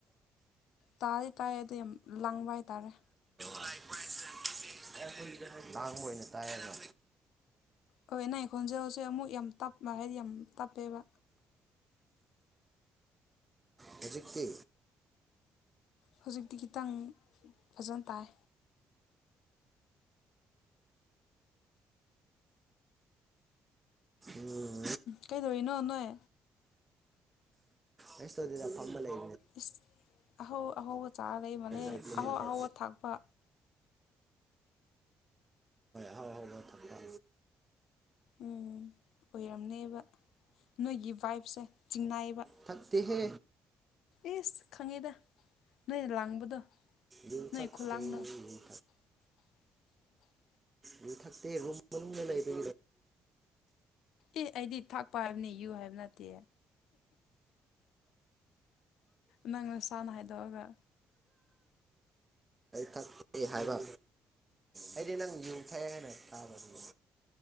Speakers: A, on the left; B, on the right.
A: ꯇꯥꯗꯤ ꯇꯥꯏ ꯑꯗꯨꯗ ꯌꯥꯝ ꯂꯪꯕ ꯍꯥꯏꯇꯥꯥꯔꯦ
B: ꯑꯥꯡꯕ ꯑꯣꯏꯅ ꯇꯥꯏꯌꯦꯒ
A: ꯍꯣꯏ ꯑ ꯅ ꯑꯩꯈꯣꯟꯖꯦꯜ ꯍꯧꯁꯦ ꯑꯃꯨꯛ ꯌꯥꯝ ꯇꯞꯄ ꯍꯥꯏꯗꯤ ꯌꯥꯝ ꯇꯞꯄꯦꯕ
B: ꯍꯧꯖꯤꯛꯇꯤ
A: ꯍꯧꯖꯤꯛꯇꯤ ꯈꯤꯇꯪ ꯐꯖꯅ ꯇꯥꯏ
B: ꯎꯝ
A: ꯀꯩꯗꯧꯔꯤꯅꯣ ꯅꯥꯏ
B: ꯑꯦꯁ ꯑꯣꯏꯗ ꯄꯝꯕ ꯂꯩ
A: ꯏꯁ ꯑꯍꯧ ꯑꯍꯧꯕ ꯆꯥꯔ ꯂꯩ ꯃꯥꯜꯂꯦ
B: ꯑꯩꯈꯣꯏ ꯏꯃꯥꯟꯅꯕ ꯈꯣꯏ
A: ꯑꯍꯥꯎ
B: ꯄꯨꯜꯂꯒ
A: ꯑꯍꯥꯎꯕ ꯊꯥꯛꯄ
B: ꯍ ꯍꯥꯎ ꯍꯕ ꯊ
A: ꯎꯝ ꯑꯣꯏꯔꯝꯅꯦꯕ ꯅꯣꯏꯒꯤ ꯚꯥꯏꯞꯁꯦ ꯆꯤꯡꯅꯥꯏꯌꯦꯕ
B: ꯊꯛꯇ ꯍ
A: ꯏꯁꯁ ꯈꯪꯉꯤꯗ ꯅꯣꯏ ꯂꯥꯡꯕꯗꯣ
B: ꯌꯨ
A: ꯅꯣꯏ
B: ꯊꯛꯇꯦ
A: ꯈꯨꯂꯥꯡꯗꯣ
B: ꯌꯨ
A: <inaudible>
B: ꯌꯨꯊꯛꯇꯦ ꯔꯨꯝ ꯃꯅꯨꯡꯗꯅ ꯂꯩꯕ
A: ꯑꯦ ꯑꯩꯗꯤ ꯊꯥꯛꯄ ꯍꯥꯏꯕꯅꯤ ꯌꯨ ꯍꯥꯏꯕ ꯅꯠꯇꯦ ꯅꯪ ꯅꯁꯥꯅ ꯍꯥꯏꯗꯣꯛꯑꯒ
B: ꯀ ꯊꯦ ꯍꯥꯏꯕ ꯑꯩꯗꯤ ꯅꯪ ꯌꯨꯊꯩ ꯍꯥꯏꯅ ꯇꯥꯕꯅꯤ